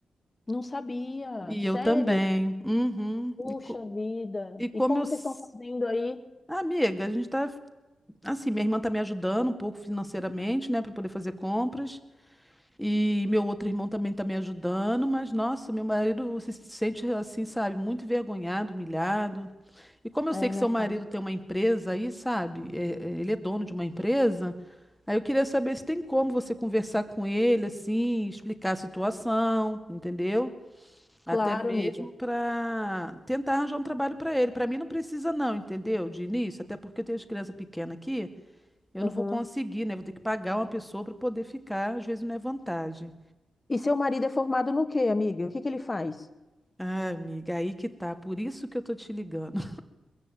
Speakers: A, on the left (about 30°); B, in the centre.
A: Não sabia,
B: E
A: sério?
B: eu também. Uhum.
A: Puxa
B: E, co-
A: vida.
B: e como
A: E como
B: eu. s-
A: vocês estão fazendo aí?
B: Ah, amiga, a gente tá. Assim, minha irmã tá me ajudando um pouco financeiramente, né, pra poder fazer compras. E meu outro irmão também tá me ajudando, mas nossa, meu marido se sente assim, sabe, muito envergonhado, humilhado. E como eu
A: É,
B: sei que
A: né,
B: seu marido
A: fácil.
B: tem uma empresa aí, sabe? é- é, ele é dono de uma empresa. Aí eu queria saber se tem como você conversar com ele, assim, explicar a situação, entendeu? Até
A: Claro,
B: mesmo
A: amiga.
B: para tentar arranjar um trabalho para ele. Para mim não precisa não, entendeu? De início, até porque eu tenho as crianças pequenas aqui, eu
A: Uhum.
B: não vou conseguir, né? Vou ter que pagar uma pessoa para poder ficar, às vezes não é vantagem.
A: E seu marido é formado no quê, amiga? O que que ele faz?
B: Ah, amiga, aí que tá. Por isso que eu tô te ligando.